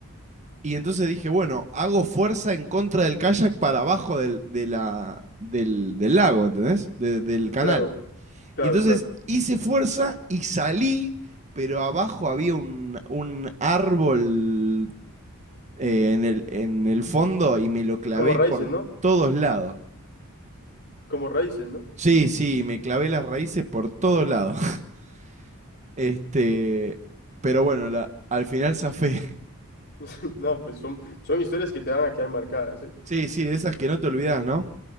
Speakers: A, on the right; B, on the left.
A: Y entonces dije, bueno, hago fuerza en contra del kayak para abajo del, de la, del, del lago, ¿entendés? De- del
B: <laughs>
A: canal.
B: Claro, claro,
A: Y entonces
B: claro.
A: hice fuerza y salí, pero abajo había un, un árbol eh, en el, en el fondo y me lo clavé
B: Como raíces,
A: por
B: ¿no?
A: todos lados.
B: Como raíces, ¿no?
A: Sí, sí, me clavé las raíces por todos lados. <laughs> Este, pero bueno, la- al final zafé. <laughs>
B: <laughs> No, pues son, son historias que te van a quedar marcadas, sí.
A: Sí, sí, de esas que no te olvidas, ¿no?